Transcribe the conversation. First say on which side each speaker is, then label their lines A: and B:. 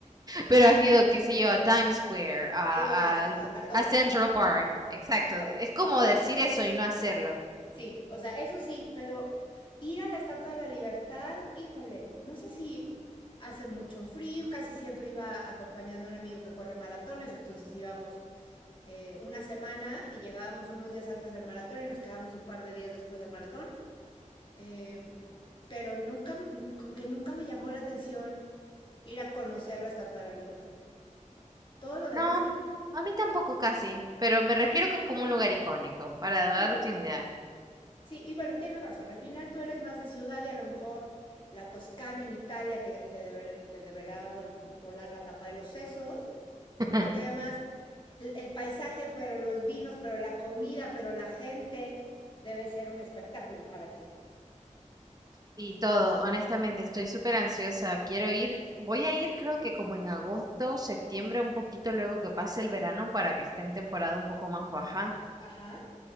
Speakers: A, on the right; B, on the left.
A: pero has ido, qué sé yo, a Times Square, a,
B: He ido a, t-
A: al-
B: a- a todo,
A: a Central Park. Exacto.
B: a todo,
A: Es como
B: a todo.
A: decir eso y no hacerlo.
B: Sí, o sea, eso sí, pero ir a la Estatua de la Libertad, híjole, no sé si hace mucho frío, casi siempre iba acompañando a un amigo que corre maratones, entonces íbamos eh, una semana y llegábamos unos días antes del maratón y nos quedábamos un par de días después del maratón. Eh, pero nunca, como que nunca me llamó la atención ir a conocer la Estatua de la Libertad. Todo lo demás
A: No,
B: sí.
A: mm, a mí tampoco casi, pero me refiero que es como un lugar icónico, para darte
B: Sí,
A: una idea.
B: sí, y bueno, tienes razón. Al final tú eres más de ciudad y a lo mejor la Toscana en Italia te, te, debe, te deberá vol- volar la tapa de los sesos,
A: <laughs>
B: eh, porque además el, el paisaje, pero los vinos, pero la comida, pero la gente debe ser un espectáculo para ti.
A: Y todo, honestamente, estoy súper ansiosa. Quiero ir, voy a ir creo que como en agosto, septiembre, un poquito luego que pase el verano para que esté en temporada un poco más baja
B: Ajá,